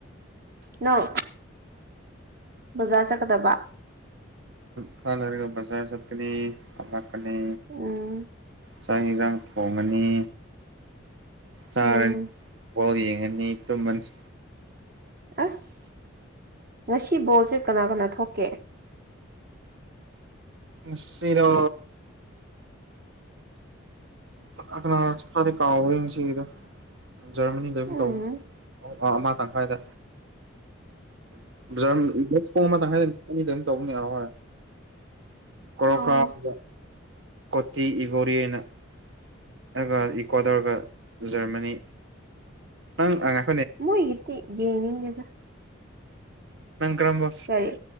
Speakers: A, on the right; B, on the right.
A: ꯅꯪ ꯕꯖꯥꯔ ꯆꯠꯀꯗꯕꯥ
B: ꯈꯔꯒ ꯂꯩꯔꯒ ꯕꯖꯥꯔ ꯆꯠꯀꯅꯤ ꯑꯃꯨꯛ ꯂꯥꯛꯀꯅꯤ
A: ꯎꯝ
B: ꯆꯥꯛ ꯍꯦꯟꯖꯥꯡ ꯊꯣꯡꯉꯅꯤ ꯆꯥꯔꯅꯤ
A: ꯎꯝ
B: ꯕꯣꯜ ꯌꯦꯡꯉꯅꯤ ꯇꯨꯝꯃꯅꯤ
A: ꯑꯁ ꯉꯁꯤ ꯕꯣꯜꯁꯦ ꯀꯅꯥ ꯀꯅꯥ ꯊꯣꯛꯀꯦ
B: ꯉꯁꯤꯔꯣ ꯀꯅꯥ ꯀꯅꯥ ꯈꯔꯗꯤ ꯀꯥꯎꯈ꯭ꯔꯦ ꯉꯁꯤꯒꯤꯗ ꯖꯔꯃꯅꯤꯗ ꯑꯗꯨꯝ
A: ꯎꯝ
B: ꯇꯧꯅꯤ ꯑꯃ ꯇꯪꯈꯥꯏꯗ
A: <inaudible>
B: <unintelligible> <unintelligible>
A: ꯑꯣ
B: ꯑꯗꯨꯒ ꯏꯀ꯭ꯋꯥꯗꯔꯒ ꯖꯔꯃꯅꯤ ꯑꯪ ꯑꯥ
A: ꯃꯣꯏꯒꯤꯗꯤ ꯌꯦꯡꯅꯤꯡꯗꯦꯗ
B: ꯅꯪ ꯀꯔꯝꯕ
A: ꯀꯔꯤ